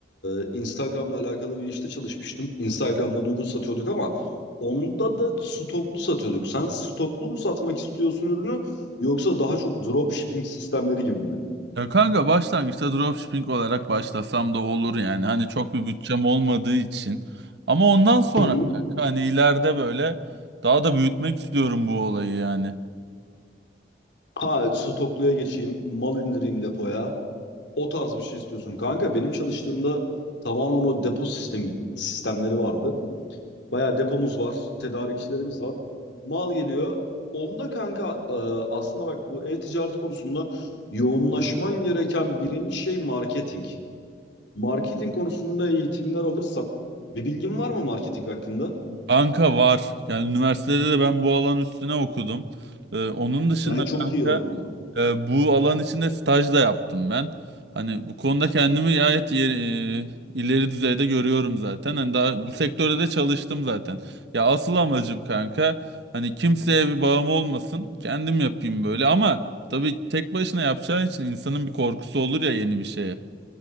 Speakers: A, on the left (about 80°); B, on the right (about 70°).
A: e, Instagram'la alakalı bir işte çalışmıştım. Instagram'dan ürün satıyorduk ama onda da stoklu satıyorduk. Sen stoklu mu satmak istiyorsun ürünü yoksa daha çok dropshipping sistemleri gibi mi?
B: Ya kanka başlangıçta dropshipping olarak başlasam da olur yani. Hani çok bir bütçem olmadığı için. Ama ondan sonra
A: Hı hı.
B: kanka hani ileride böyle daha da büyütmek istiyorum bu olayı yani.
A: Ha stokluya geçeyim, mal indireyim depoya. O tarz bir şey istiyorsun kanka. Benim çalıştığımda tamamen o depo sistemi sistemleri vardı. Bayağı depomuz var, tedarikçilerimiz var. Mal geliyor. Onda kanka e, aslında bak bu e-ticaret konusunda yoğunlaşman gereken birinci şey marketing. Marketing konusunda eğitimler alırsan bir bilgin var mı marketing hakkında?
B: Kanka var. Yani üniversitede de ben bu alan üstüne okudum. Ee, onun dışında
A: Yani çok
B: kanka
A: iyi o zaman.
B: E, bu alan içinde staj da yaptım ben. Hani bu konuda kendimi gayet yeri, e, ileri düzeyde görüyorum zaten. Hani daha bu sektörde de çalıştım zaten. Ya asıl amacım kanka hani kimseye bir bağım olmasın. Kendim yapayım böyle ama tabii tek başına yapacağı için insanın bir korkusu olur ya yeni bir şeye.